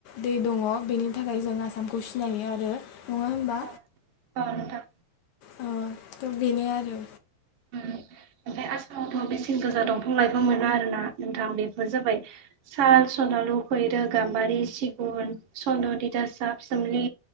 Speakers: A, on the left; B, on the right.
A: दै दङ बेनि थाखाय जों आसामखौ सिनायो आरो नङा होमबा
B: अ अ नोंथां
A: अ थ' बेनो आरो
B: ओम ओमफ्राय आसामावथ' बेसेन गोजा दंफां लाइफां मोनो आरोना नोंथां बेफोर जाबाय साल सनार लु फैरो गाम्बारि सिगुन सन्द' दिदा साफ सोमलि